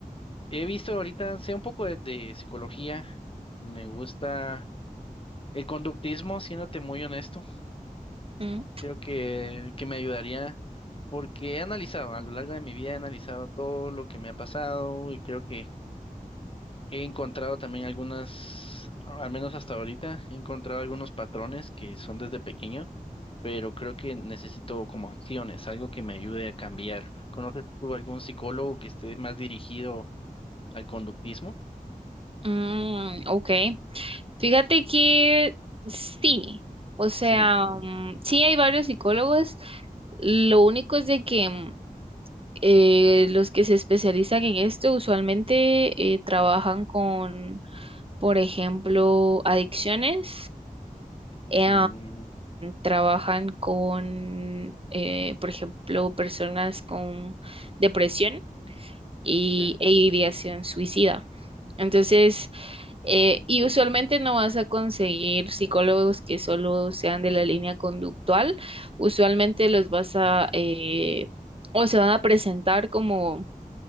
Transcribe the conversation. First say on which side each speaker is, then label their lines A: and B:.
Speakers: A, on the left (about 40°); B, on the right (about 40°).
A: He visto ahorita, sé un poco de, de psicología. Me gusta el conductismo, siéndote muy honesto.
B: Mm,
A: Creo que, que me ayudaría porque he analizado, a lo largo de mi vida he analizado todo lo que me ha pasado y creo que he encontrado también algunas, al menos hasta ahorita, he encontrado algunos patrones que son desde pequeño, pero creo que necesito como acciones, algo que me ayude a cambiar. ¿Conoces tú algún psicólogo que esté más dirigido al conductismo?
B: mm, ok. Fíjate que sí, o sea,
A: Sí.
B: mm, sí hay varios psicólogos. Lo único es de que mm, eh, los que se especializan en esto usualmente eh, trabajan con, por ejemplo, adicciones Eh,
A: Mm,
B: trabajan con, eh, por ejemplo, personas con depresión y,
A: ya.
B: e ideación suicida. Entonces, eh,
A: Mm,
B: y usualmente no vas a conseguir psicólogos que solo sean de la línea conductual. Usualmente los vas a, eh, o se van a presentar como